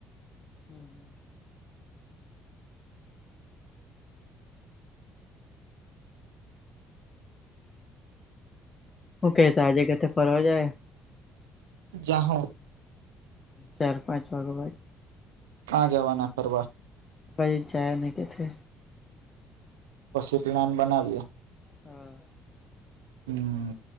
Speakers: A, on the left (about 35°); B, on the right (about 80°).
A: હમ હમ હું કહેતા આજે કે થે ફરવા જાયે!
B: જાહુ
A: ચાર પાંચ વાગે
B: કા જવાના ફરવા?
A: ભાઈ જયા ની કે છે.
B: પછી પ્લાન બનાવીએ.
A: હા
B: હમ